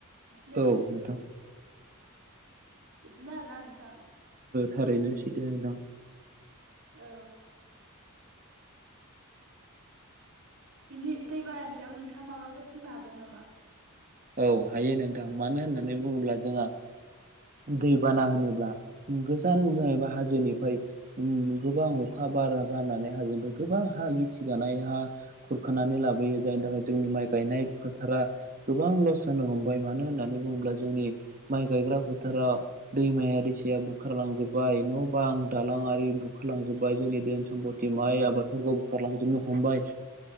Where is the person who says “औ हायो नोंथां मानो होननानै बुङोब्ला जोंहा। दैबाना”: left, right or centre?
Right